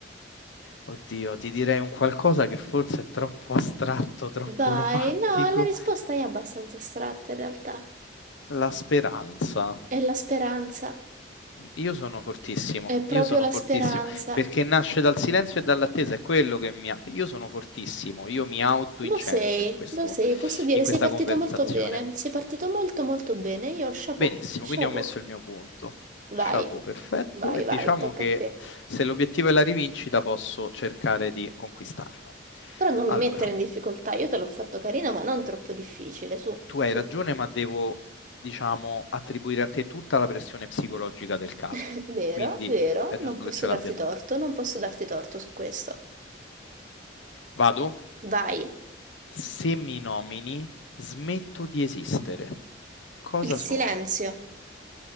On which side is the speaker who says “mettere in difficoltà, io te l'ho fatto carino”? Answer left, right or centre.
Right